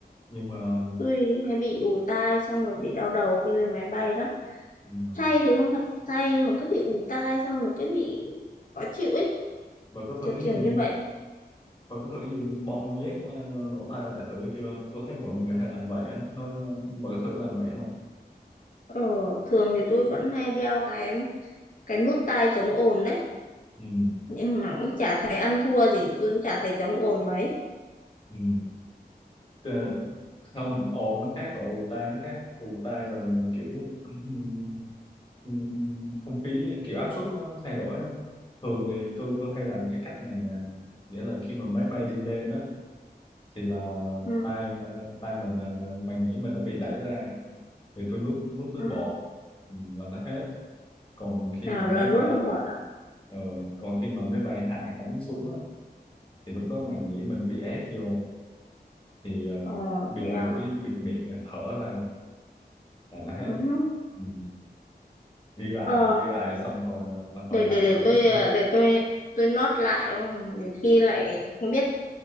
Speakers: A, on the left; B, on the left.
A: nhưng mà
B: tôi hay bị ù tai xong rồi bị đau đầu khi lên máy bay lắm.
A: ừ,
B: Say thì không phải say mà cứ bị ù tai xong rồi cứ bị khó chịu ấy,
A: bạn có thử
B: kiểu kiểu
A: dùng
B: như vậy.
A: bạn có thử dùng bông nhét ờ, lỗ tai lại thử chưa tôi thấy mọi người hay làm vậy á nó bạn có thử làm vậy không
B: Ờ, thường thì tôi vẫn hay đeo cái cái nút tai chống ồn đấy
A: ừ,
B: nhưng mà cũng chả thấy ăn thua gì tôi cũng chả thấy chống ồn mấy
A: ừ. Ờ, không ồ nó khác còn ù tai nó khác Ù tai là kiểu ừm, ừm, không khí kiểu áp suất nó thay đổi á. thường thì tôi tôi hay làm cái cách này nè nghĩa là khi mà máy bay đi lên á thì là
B: ừ,
A: tay ờ, tay mình ờ, màng nhĩ mình nó bị đẩy ra thì tôi nuốt nuốt nước
B: ừ.
A: bọt ừm, là nó hết còn khi
B: À,
A: mà
B: là
A: máy
B: nuốt
A: bay
B: đông bọt à?
A: ờ, còn khi mà máy bay hạ cánh xuống á, thì lúc đó màng nhĩ mình nó bị ép vô thì ờ,
B: ờ
A: bịt
B: thế à
A: mũi bịt miệng rồi thở ra là nó hết
B: ừ.
A: Ừ. Ghi lại
B: ờ
A: ghi lại xong hồi ờ, hồi
B: để
A: làm
B: để để
A: thử
B: tôi
A: xem
B: để tôi tôi nốt lại không đến khi lại không biết